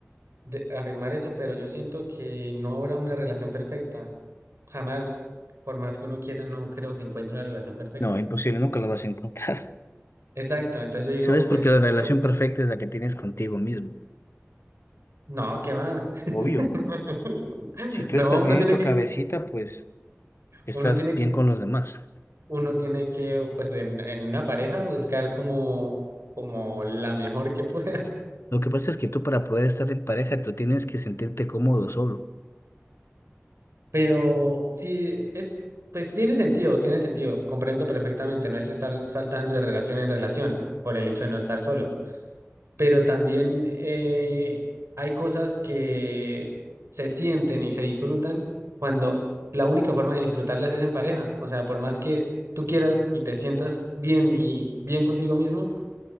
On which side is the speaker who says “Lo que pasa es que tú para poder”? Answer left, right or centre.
Left